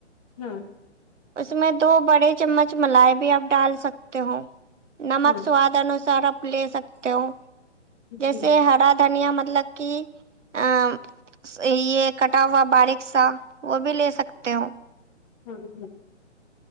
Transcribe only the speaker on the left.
ہاں
ہاں
جی
اور ایک ہم